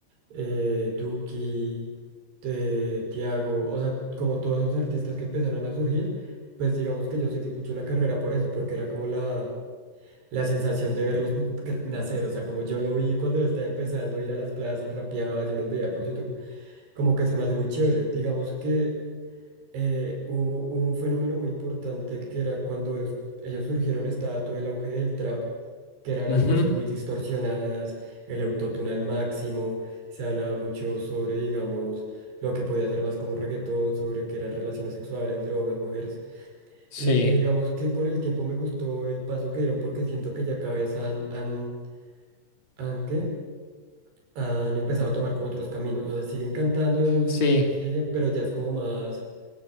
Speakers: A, on the right (about 80°); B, on the left (about 45°).
A: eh, Duki, eh, Tiago, o sea, como todos esos artistas que empezaron a surgir, pues digamos que yo seguí mucho la carrera por eso, porque era como la la sensación de verlos cre- nacer, o sea, como yo lo vi cuando lo estaba empezando a ir a las plazas, rapeaba, yo los veía por YouTube, como que se me hace muy chévere. Digamos que eh, hubo, hubo un fenómeno muy importante que era cuando es- ellos surgieron, estaba todo el auge del trap, que eran
B: Ujú.
A: las voces muy distorsionadas, el autotune al máximo, se hablaba mucho sobre, digamos, lo que podía ser más como reggaetón, sobre que eran relaciones sexuales, drogas, mujeres.
B: Sí.
A: Y, y digamos que con el tiempo me gustó el paso que dieron porque siento que ya cada vez han, han, han, ¿qué? han empezado a tomar como otros caminos. O sea, siguen cantando de música,
B: Sí,
A: siguen, pero ya es como más,